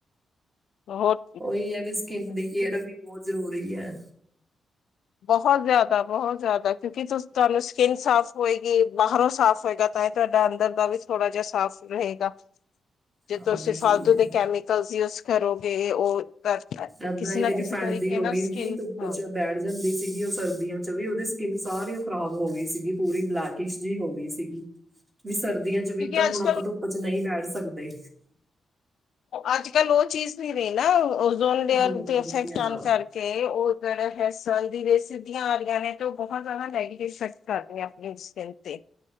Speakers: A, on the left (about 70°); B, on the right (about 20°).
A: ਬਹੁਤ,
B: ਉਹੀ, ਆ ਵੀ ਸਕਿੰਨ ਦੀ ਕੇਅਰ ਵੀ ਬਹੁਤ ਜ਼ਰੂਰੀ ਐ।
A: ਬਹੁਤ ਜਿਆਦਾ, ਬਹੁਤ ਜਿਆਦਾ, ਕਿਉਂਕਿ ਤੁ ਤੁਹਾਨੂੰ ਸਕਿੰਨ ਸਾਫ਼ ਹੋਏਗੀ, ਬਾਹਰੋਂ ਸਾਫ਼ ਹੋਏਗਾ, ਤਾਂ ਹੀ ਤੁਹਾਡਾ ਅੰਦਰ ਦਾ ਵੀ ਥੋੜਾ ਜਿਹਾ ਸਾਫ਼ ਰਹੇਗਾ। ਜੇ
B: ਹਾਂਜੀ,
A: ਤੁਸੀਂ ਫਾਲਤੂ ਦੇ ਕੈਮੀਕਲਸ ਯੂਜ ਕਰੋਗੇ, ਉਹ ਗਲਤ ਹੈ,
B: ਏਦਾਂ
A: ਕਿਸੀ
B: ਹੀ
A: ਨਾ
B: ਮੇਰੀ
A: ਕਿਸੀ
B: ਫਰੈਂਡ
A: ਤਰੀਕੇ
B: ਦੀ ਹੋ
A: ਨਾਲ,
B: ਗਈ ਸੀਗੀ
A: ਸਕੀਨ
B: ਧੁੱਪ
A: ਹਾਂ।
B: ਚ ਬੈਠ ਜਾਂਦੀ ਸੀਗੀ ਉਹ ਸਰਦੀਆਂ'ਚ ਵੀ ਉਹਦੀ ਸਕਿੰਨ ਸਾਰੀ ਓ ਖਰਾਬ ਹੋ ਗਈ ਸੀਗੀ, ਪੂਰੀ ਬਲੈਕ। ਕਿਸ਼ ਜੀ ਹੋ ਗਈ ਸੀਗੀ, ਵੀ ਸਰਦੀਆਂ'ਚ ਵੀ
A: ਕਿਉਂਕਿ
B: ਤਾਂ ਹੁਣ
A: ਅੱਜ
B: ਆਪਾਂ ਧੁੱਪ'ਚ ਨਹੀਂ ਬੈਠ ਸਕਦੇ।
A: ਅੱਜ-ਕੱਲ ਉਹ ਚੀਜ਼ ਨਹੀਂ ਰਹੀ ਨਾ, ਓਜ਼ੋਨ ਲੇਅਰ
B: ਹੋਰ
A: ਦੇ ਇਫੈਕਟ
B: ਕਿਆ
A: ਆਨ ਕਰਕੇ। ਤੇ, ਉਹ ਜਿਹੜਾ ਹੈ ਸਨ ਦੀ ਰੇ ਸਿੱਧੀਆਂ ਆ ਰਹੀਆਂ ਨੇ, ਤੇ ਉਹ ਬਹੁਤ ਜਿਆਦਾ ਨੈਗੇਟਿਵ ਇਫ਼ੈਕ੍ਟ ਕਰਦੀਆਂ ਆਪਣੀ ਸ੍ਕਿੰਨ ਤੇ।